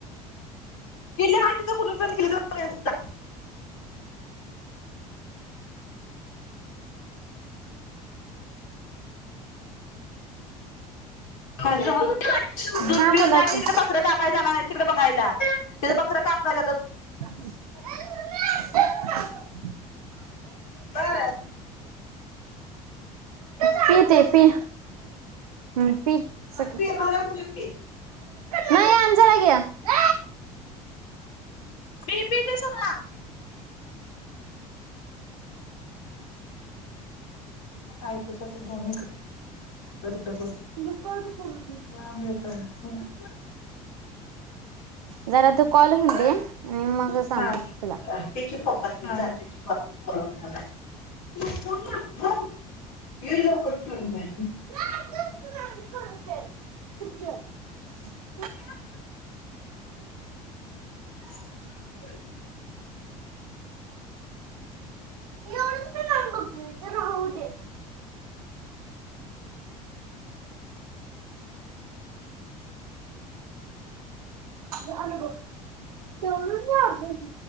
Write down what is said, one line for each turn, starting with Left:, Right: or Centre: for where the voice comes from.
Left: <unintelligible> जा. ह दूध
Right: हा
Left: पिऊन
Right: बोला
Left: जाय क तिकडं
Right: की
Left: बकरं कापाय जाणार आहेत तिकडे बघायला तिकडे बकरं कापल जात
Right: <unintelligible>
Left: का
Right: पी ते पी ह पी सगळं
Left: पी
Right: नाही आण जरा घे
Left: पी पी ते सगळं ऐकच तर दोन्ही
Right: <unintelligible>
Left: <unintelligible>
Right: जरा तू कॉल होऊन
Left: केलं
Right: दे आणि मग सांग
Left: हा
Right: तुला
Left: दे की पप्पासनी <unintelligible>
Right: <unintelligible>
Left: <unintelligible> <inaudible>
Right: एवढच पिणार बघ मी तर राहू दे झाल बग तेवढंच माझं